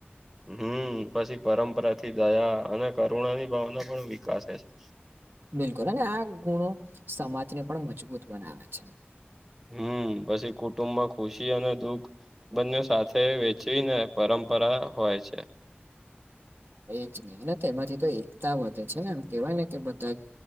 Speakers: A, in the centre; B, on the right.
A: હમ પછી પરંપરાથી દયા અને કરુણાની ભાવનો પણ વિકાસ થાય છે.
B: બિલકુલ અને આ ગુણો સમાજને પણ મજબૂત બનાવે છે.
A: હમ પછી એ કુટુંબ માં ખુશી અને દુઃખ બંઓ સાથે વેચીને પરંપરા હોય છે.
B: એજ ને અને તેમાંથી તો એકતા વધે છે ને એમ કેવાય ને કે બધા જ